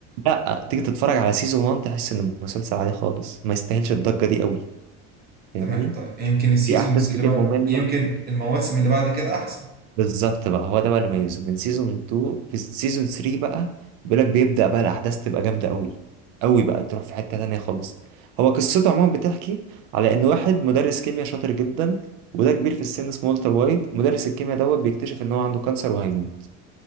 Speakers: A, on the right; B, on the right.
A: لا تيجي تتفرج على سيزون 1 تحس إن المسلسل عادي خالص ما يستاهلش الضجة دي قوي فاهمني؟
B: تمام طيب يمكن السيزونز
A: في أحداث كتير
B: اللي بعد
A: مملة
B: يمكن المواسم اللي بعد كده احسن
A: بالظبط بقى هو ده بقى اللي ميزه من سيزون 2 في سيزون 3 بقى بيقول لك بيبدأ بقى الأحداث تبقى جامدة قوي قوي بقى تروح في حتة تانية خالص هو قصته عموما بتحكي على إن واحد مدرس كيمياء شاطر جدا وده كبير في السن اسمه والتر وايت مدرس الكيمياء دوت بيكتشف إن هو عنده كانسر وهيموت